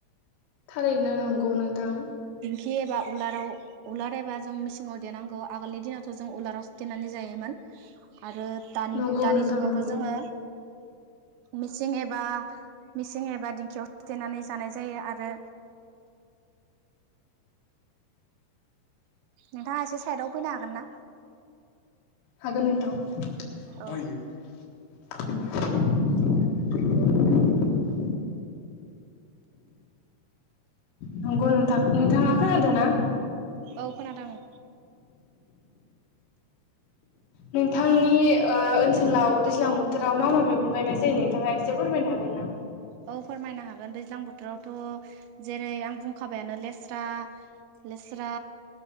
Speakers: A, on the left (about 60°); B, on the right (about 85°).
A: थारैनो नंगौ नोंथां
B: खि एबा उलाराव उलार एबा जों मिसिङाव देनांगौ आगोलनि दिनावथ' जों उलाराव देनानै जायोमोन। आरो दानि
A: नंगौ
B: दानि
A: नोंथां
B: जुगावथ'
A: नंगौ
B: जोङो मिसिं एबा मिसिं एबा दिंखियाव देनानै जानाय जायो आरो नोंथाङा एसे साइदाव फैनो हागोन ना?
A: हागोन नोंथां। <unintelligible>
B: औ
A: <unintelligible> नंगौ नोंथां नोंथाङा खोनादों ना?
B: औ खोनादों आं।
A: नोंथांनि ओ ओनसोलाव दैज्लां बोथोराव मा मा मैगं गायनाय जायो नोंथाङा एसे फोरमायनो हागोन ना?
B: औ फोरमायनो हागोन दैज्लां बोथोरावथ' जेरै आं बुंखाबायानो लेस्रा लेस्रा